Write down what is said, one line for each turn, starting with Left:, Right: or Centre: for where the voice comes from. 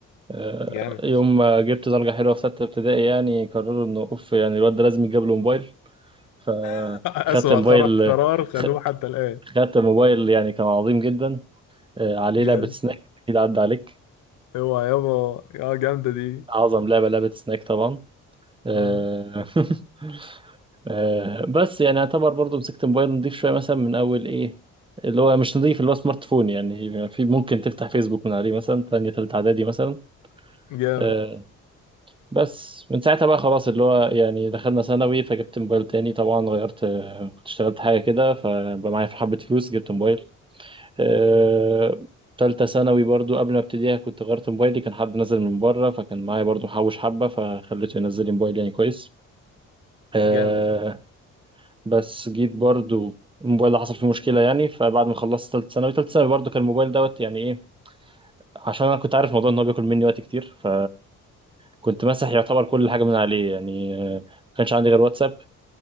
Right: آه،
Left: جامد
Right: يوم ما جبت درجه حلوه في سته ابتدائي يعني قرروا انه اوف يعني الواد ده لازم يتجاب له موبايل فخدت
Left: <laughs> أسوأ
Right: موبايل
Left: قرار قرار خدوه
Right: خ-
Left: حتى الآن
Right: خدت موبايل يعني كان عظيم جدا آه، عليه
Left: جامد
Right: لعبه سناك اكيد عدى عليك
Left: اوعى يابا اه جامدة دي
Right: أعظم لعبة لعبة سناك طبعا آه،
Left: اه
Right: <laughs> آه، بس يعني اعتبر برضو مسكت موبايل نضيف شوية مثلا من أول إيه اللي هو مش نضيف اللي هو سمارت فون يعني في ممكن تفتح فيسبوك من عليه مثلا تانية تالتة إعدادي مثلا
Left: جامد
Right: آه، بس من ساعتها بقى خلاص اللي هو يعني دخلنا ثانوي فجبت موبايل تاني طبعا غيرت آه، كنت اشتغلت حاجة كده فبقى معايا حبة فلوس جبت موبايل آه، تالتة ثانوي برضو قبل ما ابتديها كنت غيرت موبايلي كان حد نزل من بره فكان معايا برضو حوش حبة فخليته ينزل لي موبايل يعني كويس آه
Left: جامد
Right: بس جيت برضو الموبايل ده حصل فيه مشكلة يعني فبعد ما خلصت تالتة ثانوي تالتة ثانوي برضو كان الموبايل دوت يعني ايه عشان انا كنت عارف موضوع ان هو بياكل مني وقت كتير ف كنت ماسح يعتبر كل حاجة من عليه يعني آه، ما كانش عندي غير واتساب